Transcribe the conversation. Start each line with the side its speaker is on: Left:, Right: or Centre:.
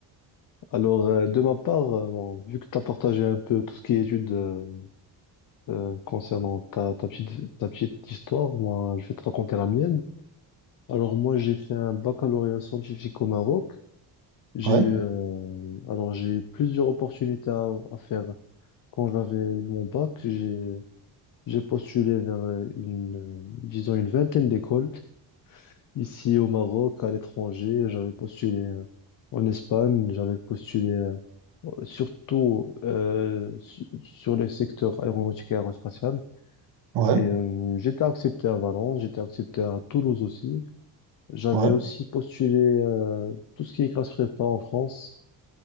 Left: Alors, euh, de ma part, euh, bon, vu que tu as partagé un peu tout ce qui est études euh, euh, concernant ta, ta petite, ta petite histoire, moi, je vais te raconter la mienne. Alors, moi, j'ai fait un baccalauréat scientifique au Maroc. J'ai
Right: Ouais,
Left: eu, euh, alors, j'ai eu plusieurs opportunités à, à faire quand j'avais eu mon bac. j'ai J'ai postulé vers euh, une, euh, disons une vingtaine d'écoles ici au Maroc, à l'étranger. J'avais postulé euh, en Espagne, j'avais postulé euh, surtout euh, su- sur les secteurs aéronautique et aérospatial.
Right: ouais,
Left: Et euh, j'étais accepté à Valence, j'étais accepté à Toulouse aussi. J'avais
Right: ouais,
Left: aussi postulé euh, tout ce qui est classe prépa en France.